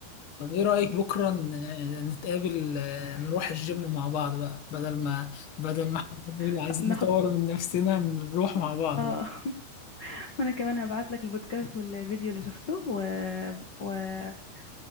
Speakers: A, on the left (about 60°); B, on the left (about 75°).
A: طب ايه رأيك بكرة ن- نتقابل آه، نروح الجيم مع بعض بقى بدل ما بدل ما احنا بنقول عايزين
B: خ- ناخد
A: نطور من نفسنا نروح مع بعض
B: اه
A: بقى.
B: <laughs> وانا كمان هبعت لك البودكاست والفيديو اللي شفته و... وهبعته